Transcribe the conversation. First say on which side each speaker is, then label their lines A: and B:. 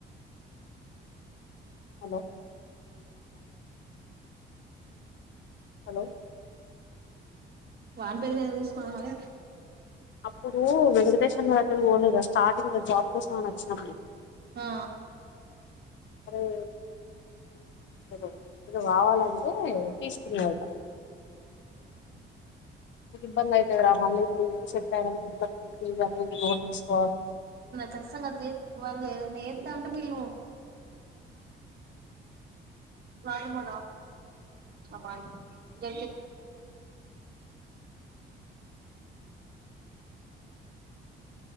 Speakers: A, on the left (about 70°); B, on the right (about 50°).
A: హలో హలో
B: వాని పేరు మీద ఎందుకు తీసుకున్నారు మరి
A: అప్పుడు వెంకటేష్ అన్న దగ్గరికి పోలేదా స్టార్టింగ్ ల జాబ్ కోసం అని వచ్చినప్పుడు
B: ఆ
A: అరే ఎదో ఏదో కావాలంటే తీస్తుకున్నా దట ఇబ్బంది అయితది రా మళ్ళ ఇప్పుడు ఇళ్ళు సెట్ అయిన ఇ అన్నీ నోట్ తీసుకోవి
B: కష్టంగాది వాళ్ళు ఏదన్న చెత్త అంటే విల్లు వాళ్ళు అ జ